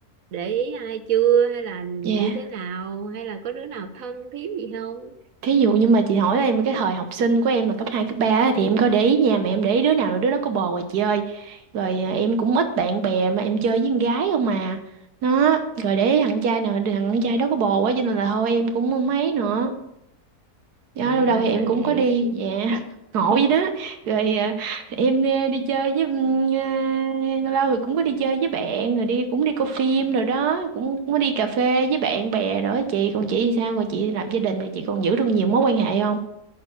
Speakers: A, on the right; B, on the right.
A: để ý ai chưa hay là như
B: dạ
A: thế nào hay là có đứa nào thân thiết gì không
B: thí dụ như mà chị hỏi em cái thời học sinh của em là cấp 2 cấp 3 á, thì em có để ý nha mà em để ý đứa nào là đứa đó có bồ rồi chị ơi rồi à, em cũng ít bạn bè mà em chơi với con gái không mà nó rồi để ý thằng trai nào thằng trai đó có bồ quá cho nên là thôi em cũng không mấy nữa Dạ,
A: trời
B: lâu đầu
A: ơi
B: thì em
A: sao
B: cũng
A: vậy
B: có đi dạ <laughs> ngộ vậy đó rồi à, em à, đi chơi với ừm, à, lâu lâu thì cũng có đi chơi với bạn rồi đi cũng đi coi phim rồi đó cũng, cũng có đi cà phê với bạn bè rồi đó chị còn chị thì sao còn chị lập gia đình rồi chị còn giữ được nhiều mối quan hệ không